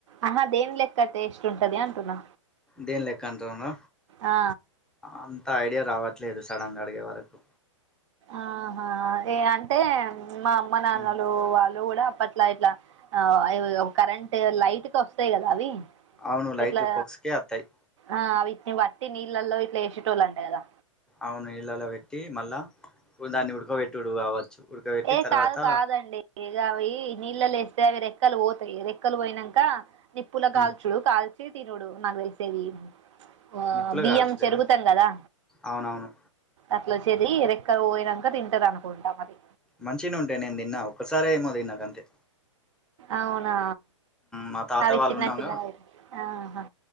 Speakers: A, on the right; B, in the centre.
A: ఆహ దీన్లెక్క టేస్ట్ ఉంటది అంటున్నా
B: దీన్లెక్క అంటుండ్ర
A: ఆ
B: అంత ఐడియా రావట్లేదు సడన్గా అడిగే వరకు
A: ఆహా ఏ అంటే మా అమ్మ నాన్నలు
B: హ్మ్.
A: వాళ్ళు కూడా అప్పట్లో ఇట్లా ఇట్లా ఆవి అ కరెంట్ లైట్ కొస్తయి కదా అవి
B: అవును లైట్
A: ఇట్లా
B: పోక్స్కే వతాయి
A: ఆ అవిట్ని పట్టి నీళ్ళల్లో ఇట్లా వేసేటోళ్లు అంట కదా
B: అవును నీళ్ళలో పెట్టి మళ్ళ దాన్ని ఉడుకోబెట్టిడు కావచ్చు ఉడకబెట్టి
A: ఏ
B: తర్వాత
A: కాదు కాదండి ఏగా అ నీళ్ళలో ఎస్తే అవి రెక్కలు పోతాయి రెక్కలు పోయినాక నిప్పుల
B: మ్మ్
A: కాల్చు కాల్చి తినుడు నాకు తెలిసేవి వా
B: నిప్పులో
A: బియ్యం
B: కాల్చుడేనా
A: చెరుగుతం కదా
B: అవునవును
A: అట్ల చెరిగి రెక్కలు పోయినాంక తింటరు అనుకుంట మరి
B: మంచినే ఉంటాయి నేను తిన్నా ఒకసారే ఏమో తిన్నా గంతే
A: అవునా
B: మా తాత
A: అవి
B: వాళ్ళు
A: చిన్న
B: ఉన్నాంగా
A: చిన్నగా ఆహా